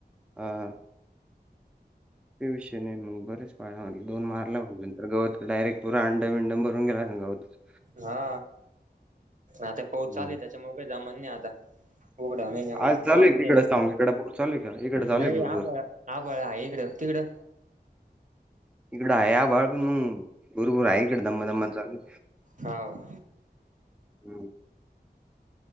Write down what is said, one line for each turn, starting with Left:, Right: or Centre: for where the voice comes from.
Centre: आ ते विषय नाही मग बरेच पाळागे दोन मारला म्हणजे तर गवत डायरेक पुरा अंड विंड मरून गेला असेल गवताच
Right: हा आता पाऊस
Centre: हं.
Right: चालुयं त्याच्यामुळे काही जमान नाही आता. उघडा नाही ना एवढा
Centre: आज चालू
Right: वाटतेय
Centre: आहे तिकडं साऊंड इकडे पूर चालू आहे का? इकडे चालू
Right: नाही
Centre: आहे भुरभुर.
Right: आ आबाळ आहे इकडं, तिकडं?
Centre: इकडं आहे आबाळ पण मग भूरभुर आहे इकडे दमा दमान चालूय.
Right: हाव.
Centre: हम्म